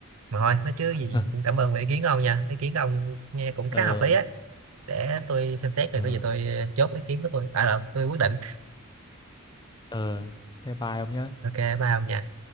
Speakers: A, on the right; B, on the left.
A: mà thôi nói chứ gì
B: <laughs>
A: cũng cảm ơn về ý kiến của ông nha ý kiến của ông nghe cũng khá
B: ờ
A: hợp lý á để tôi xem xét rồi
B: ờ
A: có gì tôi chốt ý kiến của tôi à là tôi quyết định
B: ờ thế bye ông nhé
A: ok bye ông nha